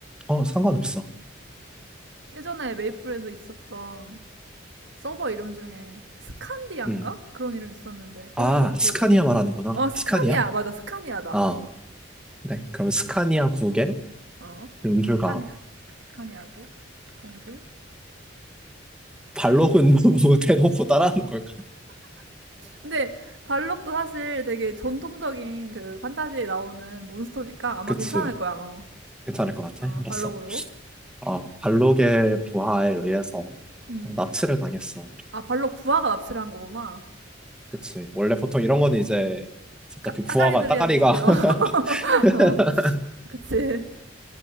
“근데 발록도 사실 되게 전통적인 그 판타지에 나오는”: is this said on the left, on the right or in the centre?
Right